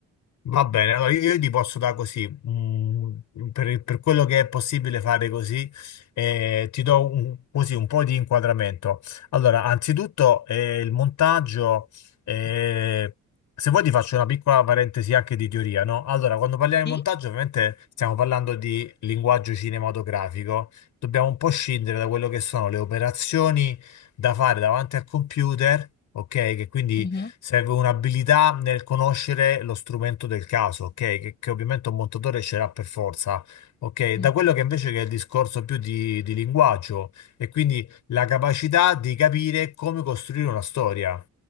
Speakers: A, on the left; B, on the left.
A: Va bene, allora io, io ti posso dare così, mm, per, per quello che è possibile fare così, eh, ti do un, così un po' di inquadramento. Allora, anzitutto eh, il montaggio, eh, se vuoi ti faccio una piccola parentesi anche di teoria, no? Allora, quando parliamo
B: Sì?
A: di montaggio, ovviamente stiamo parlando di linguaggio cinematografico, dobbiamo un po' scindere da quello che sono le operazioni da fare davanti al computer, ok? Che quindi
B: Mhm,
A: Serve un'abilità nel conoscere lo strumento del caso, ok? Che, che ovviamente un montatore ce l'ha per forza, ok?
B: mhm,
A: Da quello che invece che è il discorso più di, di linguaggio e quindi la capacità di capire come costruire una storia,